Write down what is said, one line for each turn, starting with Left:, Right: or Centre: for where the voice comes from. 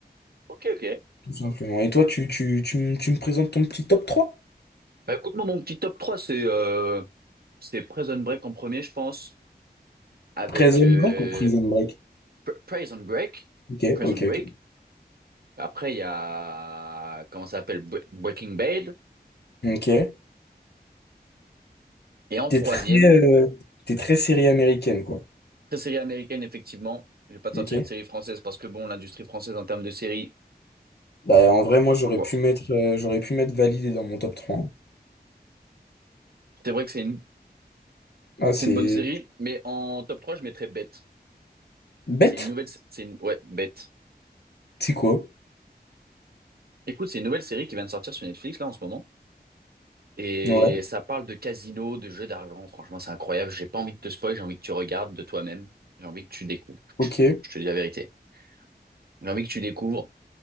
Right: Ok, ok.
Left: Tout simplement. Et toi, tu, tu, tu, me tu me présentes ton petit top trois.
Right: Bah, écoute-moi, mon petit top 3 c'est euh, c'est Prison Break en premier, je pense, avec
Left: Prison
Right: euh,
Left: Break ou Prison Break?
Right: Pr- Prison Break.
Left: Ok,
Right: Prison
Left: ok,
Right: Break.
Left: ok.
Right: Après, il y a, comment ça s'appelle, Bre- Breaking Bad.
Left: Ok.
Right: Et en
Left: T'es
Right: troisième,
Left: très, euh, t'es très série américaine, quoi.
Right: très série américaine, effectivement. Je vais pas te sortir
Left: Ok.
Right: une série française parce que, bon, l'industrie française, en termes de séries,
Left: Bah, en vrai, moi, j'aurais
Right: bon,
Left: pu mettre, euh, j'aurais pu mettre validé dans mon top 3. hein.
Right: c'est vrai que c'est une,
Left: Ah,
Right: c'est
Left: c'est
Right: une bonne série, mais en top 3 je mettrais Bête.
Left: bête.
Right: C'est une nouvelle, c'est une, ouais, Bête.
Left: C'est quoi?
Right: Écoute, c'est une nouvelle série qui vient de sortir sur Netflix là en ce moment. Et
Left: Ouais,
Right: ça parle de casino, de jeux d'argent. Franchement, c'est incroyable. J'ai pas envie de te spoil, j'ai envie que tu regardes de toi-même. J'ai envie que tu découvres,
Left: ok.
Right: franchement. Je te dis la vérité. J'ai envie que tu découvres